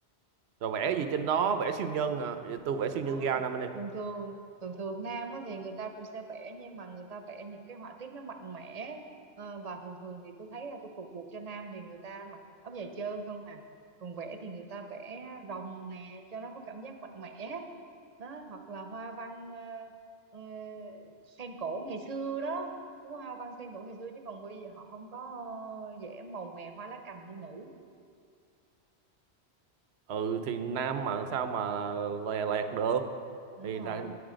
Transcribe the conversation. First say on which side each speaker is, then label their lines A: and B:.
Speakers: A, on the right; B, on the right.
A: rồi vẽ gì trên đó vẽ siêu nhân hả Vậy tôi vẽ siêu nhân
B: không
A: ra năm nay
B: thường thường thường thường nam á, thì người ta cũng sẽ vẽ nhưng mà người ta vẽ những cái họa tiết nó mạnh mẽ Ờ, và thường thường thì tôi thấy là tôi phục vụ cho nam thì người ta mặc áo dài trơn không à còn vẽ thì người ta vẽ rồng nè cho nó có cảm giác mạnh mẽ đó hoặc là hoa văn ờ, ờ, sen cổ ngày xưa đó cái hoa văn sen cổ ngày xưa chứ còn bây giờ họ không có vẽ màu mè hoa lá cành như nữ
A: ừ thì nam mà sao mà lè lẹt được
B: đúng
A: thì
B: rồi
A: là